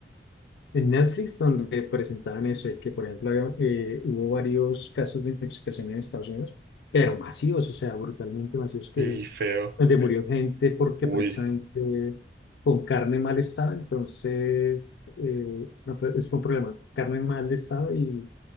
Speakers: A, on the left; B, on the right.
A: en Netflix donde presentaban eso, de que por ejemplo había, eh, hubo varios casos de intoxicación en Estados Unidos, pero masivos, o sea, brutalmente masivos, que,
B: y feo.
A: donde murió gente porque
B: Uy,
A: precisamente con carne en mal estado, entonces eh, no, fue- es fue un problema, carne en mal estado y,